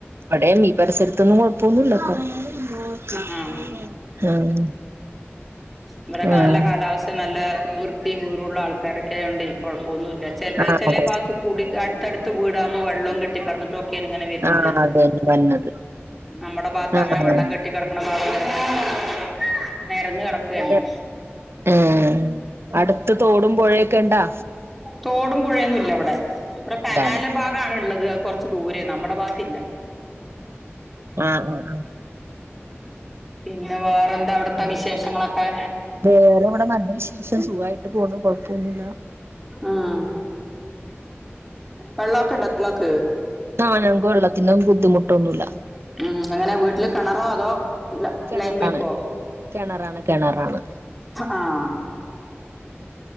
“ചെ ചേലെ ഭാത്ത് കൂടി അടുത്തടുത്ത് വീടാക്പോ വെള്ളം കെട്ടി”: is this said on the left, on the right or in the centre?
Centre